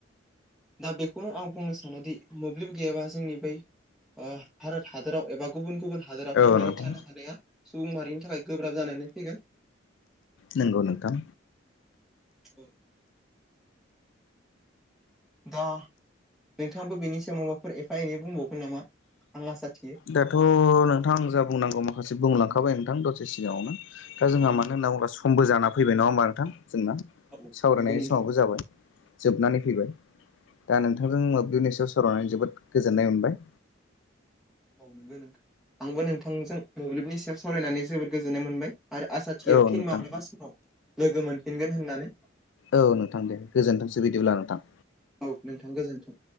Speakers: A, in the centre; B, on the left.
A: दा बेखौनो आं बुंनो सानोदि मोब्लिब गैयाबा जोंनि बै ओ भारत हादराव एबा गुबुन गुबुन हादोराव
B: औ
A: थांनानै
B: नोंथां
A: थानो हानाया सुबुं माहारिनि थाखाय गोब्राब जानानै फैगोन।
B: नंगौ नोंथां
A: औ दा नोंथाङाबो बिनि सायाव माबाफोर एफा एनै बुंबावगोन नामा आं आसा थियो
B: दाथ' नोंथां आं जा बुंनांगौ माखासे बुंलांखाबाय नोंथां दसे सिगाङावनो दा जोंहा मानो होनना बुंब्ला समबो जाना फैबाय नङा होमबा नोंथां जोंना
A: औ
B: सावरायनायनि
A: नंगौ नोंथां
B: समाबो जाबाय। जोबनानै फैबाय दा नोंथांजों मोब्लिबनि सायाव सावरायनानै जोबोद गोजोननाय मोनबाय
A: औ नोंगौ नोथां आंबो नोंथांजों मोब्लिबनि सायाव सावरायनानै जोबोद गोजोननाय मोनबाय। आरो आसा थियो
B: औ
A: फिन
B: नोंथां
A: माब्लाबा समाव लोगो मोनफिनगोन होननानै
B: औ नोंथां दे गोजोन्थोंसै बिदिब्ला नोंथां
A: औ नोंथां गोजोन्थों।